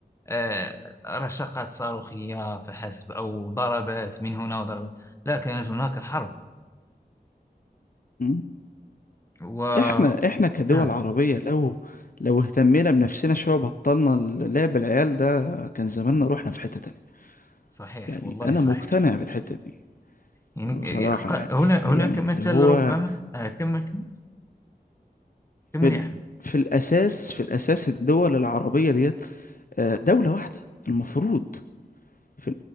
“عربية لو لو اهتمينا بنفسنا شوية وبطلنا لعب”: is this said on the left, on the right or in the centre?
Left